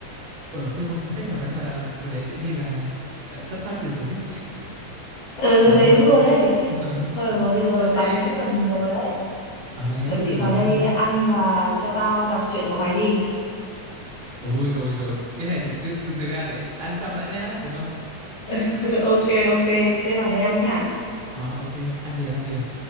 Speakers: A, on the right (about 60°); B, on the left (about 80°).
A: ở trên một cuốn sách nào đấy và ở đấy sẽ ghi là ờ, xuất phát từ sở thích <laughs>
B: ừ
A: hỏi
B: đấy
A: thôi
B: đúng
A: được
B: rồi đấy.
A: rồi
B: Thôi được rồi, bây
A: <laughs>
B: giờ
A: Ờ,
B: bánh
A: thế
B: cũng gần được rồi đấy.
A: ở đấy
B: Chuẩn bị
A: được
B: vào
A: rồi
B: đây
A: ha
B: ăn và cho tao đọc truyện của mày đi.
A: ừ rồi rồi cái này thì cứ từ từ ra để ăn xong đã nhá được không
B: <laughs> Ok ok, thế vào đây ăn nhá.
A: ờ ok ăn liền ăn liền